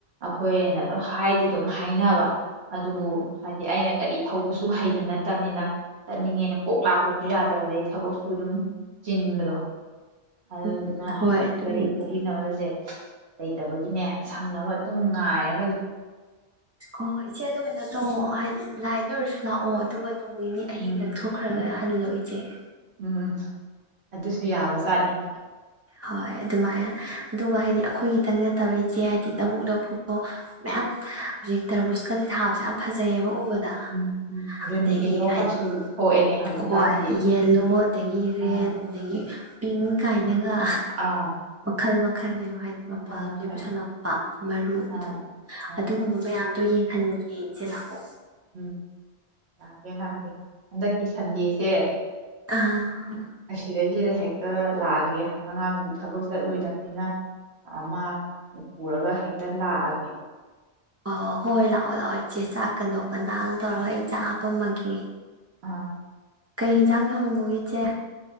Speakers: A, on the right; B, on the right.
A: ꯑꯩꯈꯣꯏꯅ ꯑꯗꯨꯝ ꯍꯥꯏꯗꯤ ꯑꯗꯨꯝ ꯍꯥꯏꯅꯕ ꯑꯗꯨꯕꯨ ꯍꯥꯏꯗꯤ ꯑꯩꯅ ꯒꯥꯔꯤ ꯊꯧꯕꯁꯨ ꯁꯨ ꯍꯩꯕ ꯅꯠꯇꯕꯅꯤꯅ ꯆꯠꯅꯤꯡꯉꯦꯅ ꯀꯣꯛ ꯂꯥꯛꯄ <unintelligible> ꯁꯨ ꯌꯥꯗꯕ ꯑꯗꯩ ꯊꯕꯛꯁꯨ ꯑꯗꯨꯝ ꯆꯤꯟꯕꯗꯣ ꯑꯗꯨꯗꯨꯅ
B: ꯎꯝ ꯍꯣꯏ ꯑꯗꯨꯕꯨꯗꯤ
A: ꯒꯥꯔꯤ ꯊꯧꯕꯤꯅꯕꯁꯦ ꯂꯩꯇꯕꯒꯤꯅꯦ ꯁꯪꯅꯕ ꯑꯗꯨꯝ ꯉꯥꯏꯔ
B: ꯑꯣ ꯏꯆꯦꯗ ꯀꯩꯅꯣ ꯇꯧꯌꯣ ꯂꯥꯏꯟꯗ ꯑꯣꯏꯔꯁꯨ ꯂꯥꯛꯑꯣ ꯑꯣ ꯑꯗꯨꯒ ꯅꯣꯡ ꯅꯤꯅꯤ ꯑꯍꯤꯡꯗ
A: ꯎꯝ
B: ꯊꯣꯛꯈ꯭ꯔꯒ ꯍꯜꯂꯣ ꯎ <inaudible>
A: ꯎꯝ ꯑꯗꯨꯁꯨ ꯌꯥꯕ ꯖꯥꯠꯅꯤ
B: ꯍꯣꯏ ꯑꯗꯨꯃꯥꯏꯅ ꯑꯗꯨꯒ ꯍꯥꯏꯗꯤ ꯑꯩꯈꯣꯏꯒꯤ ꯈꯤꯇꯪ ꯅꯠꯇꯕ ꯏꯆꯦ ꯍꯥꯏꯗꯤ ꯂꯕꯨꯛ ꯂꯐꯨꯛꯇꯣ ꯃꯌꯥꯝ ꯍꯧꯖꯤꯛ ꯇꯔꯕꯨꯁꯀꯁꯦ ꯊꯥꯕꯁꯦ ꯌꯥꯝ ꯐꯖꯩꯑꯦꯕ ꯎꯕꯗ ꯑꯗꯒꯤ
A: ꯎꯝ ꯎꯝ ꯑꯗꯨꯅꯤ ꯌꯦꯂꯣꯒꯁꯨ
B: ꯍꯥꯏꯗꯤ
A: ꯊꯣꯛꯑꯦꯅꯦ ꯍꯧꯖꯤꯛꯀꯥꯟꯗꯤ
B: ꯍꯣꯏ ꯌꯦꯂꯣ ꯑꯗꯒꯤ ꯔꯦꯗ
A: ꯑꯥ
B: ꯑꯗꯒꯤ ꯄꯤꯡ ꯀꯥꯏꯅꯒ
A: ꯑꯥ
B: ꯈꯥꯏ ꯂ ꯈꯟꯉ ꯍꯥꯏꯗꯤ
A: ꯃꯈꯜ
B: ꯃꯄꯥꯟ ꯂꯝꯗꯩ
A: ꯃꯈꯜ
B: ꯄꯨꯁꯜꯂꯛꯄ ꯃꯔꯨ ꯑꯗꯨ
A: ꯑꯥ ꯑꯥ
B: ꯑꯗꯨꯒꯨꯝꯕ ꯃꯌꯥꯝꯗꯣ ꯌꯦꯡꯉ ꯈꯟꯒꯦ <inaudible>
A: ꯎꯝ ꯂꯥꯛꯀꯦ ꯍꯟꯗꯛꯀꯤ ꯁꯟꯗꯦꯁꯦ
B: ꯑꯥ
A: ꯁꯤꯗꯩꯁꯤꯗ ꯍꯦꯛꯇ ꯂꯥꯛꯑꯒꯦ ꯑꯉꯥꯡꯁꯨ ꯊꯕꯛ ꯆꯠꯂꯣꯏꯗꯕꯅꯤꯅ ꯃꯥ ꯄꯨꯔꯒ ꯍꯦꯛꯇ ꯂꯥꯛꯑꯒꯦ
B: ꯑ ꯍꯣꯏ ꯍꯣꯏ ꯂꯥꯛꯑꯣ ꯂꯥꯛꯑꯣ ꯏꯆꯦ ꯆꯥꯛꯀꯗꯣ ꯉꯟꯗꯥ ꯇꯧꯔꯒ ꯑꯩ ꯆꯥ ꯍꯥꯞꯄꯝꯃꯒꯦ
A: ꯑꯥ
B: ꯀꯩ ꯌꯦꯟꯖꯥꯡ ꯊꯥꯡꯉꯝꯃꯨꯒꯤ ꯏꯆꯦ